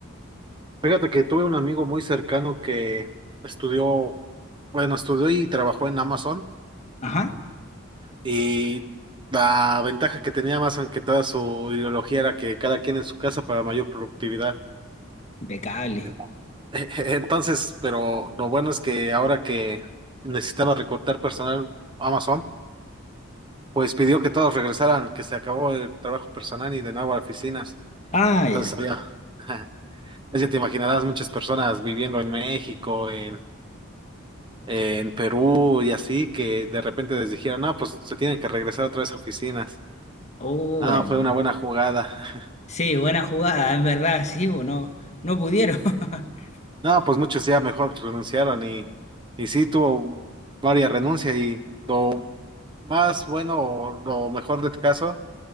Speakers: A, on the right (about 25°); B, on the left (about 35°).
A: Fíjate que tuve un amigo muy cercano que estudió, bueno, estudió y trabajó en Amazon.
B: Ajá,
A: Y la ventaja que tenía Amazon, que toda su ideología era que cada quien en su casa para mayor productividad.
B: impecable.
A: En- <laughs> Entonces, pero lo bueno es que ahora que necesitaba recortar personal Amazon, pues pidió que todos regresaran, que se acabó el trabajo personal y de nuevo a oficinas.
B: Ah,
A: Entonces
B: ya.
A: había, <laughs> pues ya te imaginarás muchas personas viviendo en México, en, en Perú y así, que de repente les dijeron, no, pues se tienen que regresar otra vez a oficinas.
B: Oh,
A: Ah,
B: bueno.
A: fue una buena jugada. <laughs>
B: Sí, buena jugada, en verdad, sí, bueno, no no pudieron. <laughs>
A: No, pues muchos ya mejor renunciaron y, y sí tuvo varias renuncias y lo más bueno o lo mejor del caso